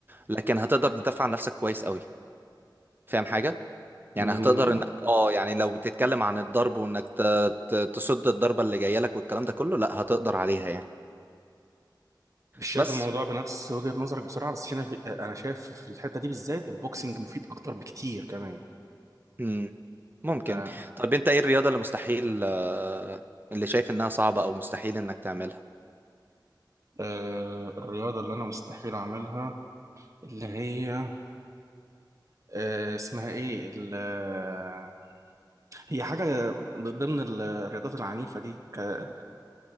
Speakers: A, on the right; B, on the right.
A: لكن هتقدر تدافع عن نفسك كويس قوي فاهم حاجة
B: مم،
A: يعني هتقدر انك اه يعني لو بتتكلم عن الضرب وانك ت- ت- تصد الضربة اللي جاية لك والكلام ده كله لا هتقدر عليها يعني
B: مش شايف
A: بس
B: الموضوع بنفس وجهه نظرك بسرعه بس انا في- انا شايف في الحته دي بالذات البوكسنج مفيد اكتر بكتير كمان
A: مم. ممكن
B: آه.
A: طب انت ايه الرياضة اللي مستحيل آه، اللي شايف انها صعبة او مستحيل انك تعملها
B: آه الرياضه اللي انا مستحيل اعملها اللي هي آه اسمها ايه ال- آه، هي حاجه ضمن الرياضات العنيفه دي ك-